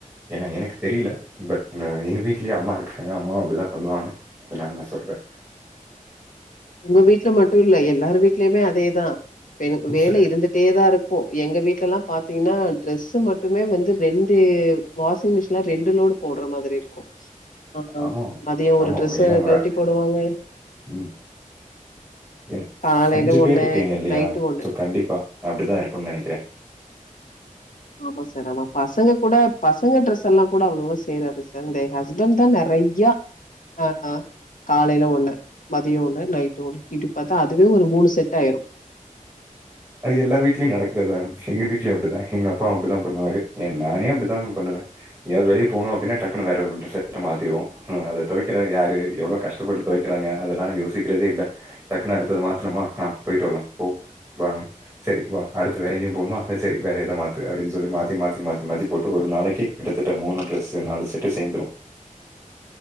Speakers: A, on the right (about 20°); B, on the left (about 70°).
A: ஏன்னா எனக்கு தெரியல பட் நா எங்க வீட்லயு அம்மா இரு க்காங்க அம்மா அப்டிதா பண்ணுவாங்க அதனால நா சொல்றே.
B: உங்க வீட்ல ம ட்டு இல்ல எல்லார் வீட்லயுமே அதேதா. பெ வேல
A: சரி.
B: இருந்துட்டேதா இருக்கு. எங்க வீட்லல்லா பாத்தீங்கன்னா ட்ரெஸ் மட்டுமே வந்து ரெண்டு வாஷிங் மிஷின்ல ரெண்டு லோடு போடுற மாதிரி இருக்கு. ஆ ஆ
A: ஆமாமா.
B: மதியோ ஒரு
A: ஆமாமா.
B: ட்ரெஸ்ஸ
A: ஏன்னா ஒரு
B: கழட்டி போடுவாங்க
A: ம். ஏன்னா
B: காலையில
A: அஞ்சு பேர்
B: ஒண்ணு
A: இருக்கீங்க இல்லையா?
B: நைட்டு ஒண்ணு
A: சோ கண்டிப்பா அப்டிதா இருக்குன்னு நெனைக்கிறே.
B: ஆமா சார் ஆமா. பசங்க கூட பசங்க ட்ரெஸ் எல்லா கூட அவ்வளவா சேராது சார். இந்த ஹஸ்பண்ட்தா நெறையா ஆ ஆ காலைல ஒண்ணு மதியோ ஒண்ணு நைட்டு ஒண்ணு இப்டி பாத்தா அதுவே ஒரு மூணு செட் ஆயிரு.
A: அது எல்லா வீட்லயு நடக்கறதுதான எங்க வீ ட்லயு அப்டிதா எங்க அப்பாவு அப்டிதா பண்ணுவாரு. ஏன் நானே அப்டிதா பண்ணுவே. எங்கயாது வெளிய போகணு அப்டின்னா டக்குனு வேற ஒரு ட்ரெஸ்ஸு எடுத்து அத மாத்திருவோ ஆ அத தொவைக்கிறது யாரு எவ்ளோ கஷ்டப்பட்டு தொவைக்கிறாங்க அதெல்லா நா யோசிக்கிறதே இல்ல. டக்குனு அடுத்தது மாத்துனமா ஆ போயிட்டு வரலா போ வாங்க சரி வா அடுத்து வேற எங்கயு போணுமா அ சரி வேற எதா மாத்து அப்டின்னு சொல்லி மாத்தி மாத்தி மாத்தி மாத்தி போட்டு ஒரு நாளைக்கி கிட்டத்தட்ட மூணு ட்ரெஸ்ஸு நாலு செட்டு சேந்துரு.